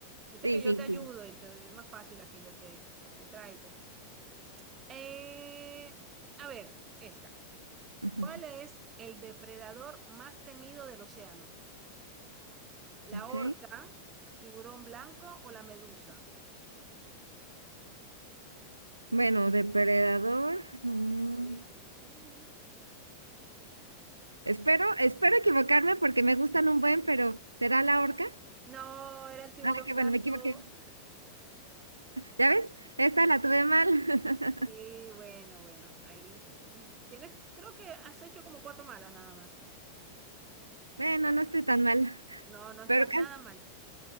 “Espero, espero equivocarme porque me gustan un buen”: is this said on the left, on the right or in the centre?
Right